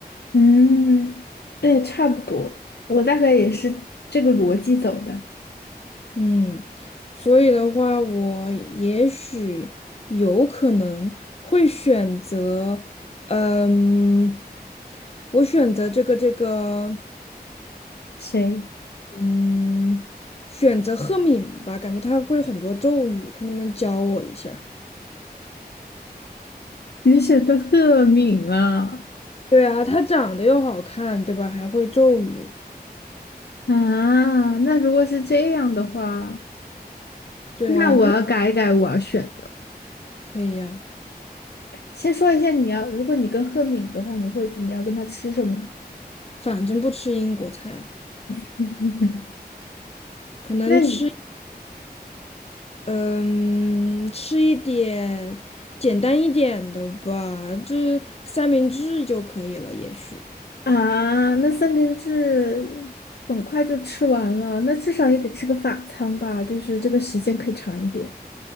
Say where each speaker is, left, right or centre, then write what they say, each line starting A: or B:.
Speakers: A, on the left; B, on the left.
A: 嗯，对，差不多，我大概也是这个逻辑走的。
B: 嗯，所以的话，我也许有可能会选择，嗯，我选择这个这个。
A: 谁？
B: 嗯，选择赫敏吧，感觉他会很多咒语，看能不能教我一下。
A: 你选的赫敏啊，
B: 对啊，他长得又好看，对吧？还会咒语。
A: 啊，那如果是这样的话，
B: 对啊，
A: 那我要改一改我要选的。
B: 他可以呀、
A: 先说一下你要，如果你跟赫敏的话，你会你要跟他吃什么？
B: 反正不吃英国菜，
A: <laughs>
B: 可能吃，
A: 那你
B: 嗯，吃一点简单一点的吧，就三明治就可以了，也许。
A: 啊，那三明治很快就吃完了，那至少也得吃个法餐吧，就是这个时间可以长一点。